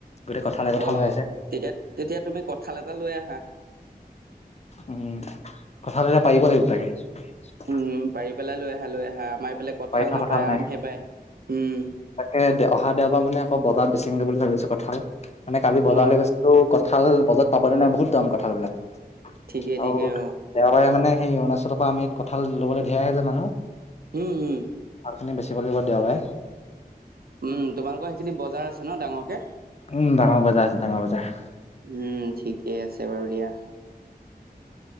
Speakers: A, on the left; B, on the right.
A: গোটেই কঁঠালে কঁঠাল
B: অ
A: হৈ আছে।
B: তেতিয়া তেতিয়া তুমি কঁঠাল এটা লৈ আহা
A: উম কঁঠাল এতিয়া পাৰিব লাগিব তাকে।
B: উম পাৰি পেলাই লৈ আহা লৈ আহা আমাৰ এইফালে কঁঠাল
A: পাৰি থোৱা
B: নাপায়
A: নাই
B: আমহে পায়। উম।
A: তাকে অহা দেওবাৰ মানে আকৌ বজাৰ বেচিমগে বুলি ভাবিছো কঁঠাল মানে কালি বজাৰলৈ
B: অ
A: গৈছিলো কঁঠ ঠাল বজাত পাবলে নাই বহুত দাম কঁঠাল বিলাক
B: ঠিকেই
A: আও
B: ঠিকেই অ
A: দেওবাৰে মানে সেই অৰুণাচলৰ পৰা আমি ইয়াত কঠাল ল'বলে ধেৰ আহে যে মানুহ
B: উম উম
A: কঁঠালখিনি বেছিব লাগিব দেওবাৰে
B: উম তোমালোকৰ সেইখিনিত বজাৰ আছে ন ডাঙৰকে
A: উম ডাঙৰ বজাৰ আছে ডাঙৰ বজাৰ
B: উম ঠিকে আছে বাৰু দিয়া